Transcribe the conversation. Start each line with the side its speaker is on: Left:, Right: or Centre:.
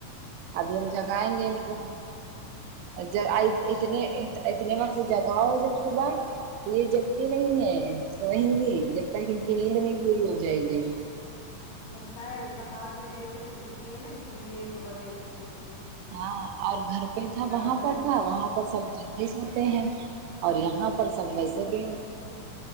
Right: ابھی ہم جگائیں گے ان کو جا
Left: ہے
Right: اتنے اتنے وقت جگاؤ جب صبح یہ جگتی نہیں ہے سوئیں گے جب تک ان کی نیند نہیں پوری ہو جائے گی
Left: لگتا ہے رات میں دیر تک جگتی ہے نا اس لیے صبح دیر تک سوتی ہے
Right: ہاں اور گھر پہ تھا
Left: اگر
Right: وہاں
Left: رات
Right: پر
Left: میں
Right: تھا وہاں پر سب جلدی سوتے ہیں اور یہاں پر سب ویسے بھی